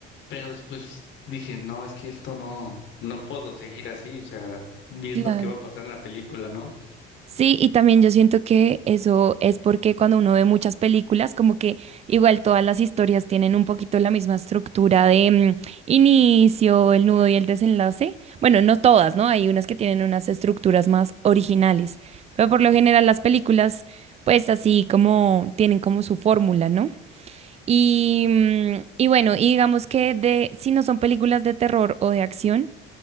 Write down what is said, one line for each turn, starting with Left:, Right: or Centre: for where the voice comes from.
Left: pero después dije, no, es que esto no, no puedo seguir así, o sea, viendo
Right: Claro.
Left: qué va a pasar en la película, ¿no?
Right: Sí, y también yo siento que eso es porque cuando uno ve muchas películas, como que igual todas las historias tienen un poquito la misma estructura de mm, inicio, el nudo y el desenlace. Bueno, no todas, ¿no? Hay unas que tienen unas estructuras más originales, pero por lo general las películas, pues así como tienen como su fórmula, ¿no? Y, mm, y bueno, y digamos que de, si no son películas de terror o de acción,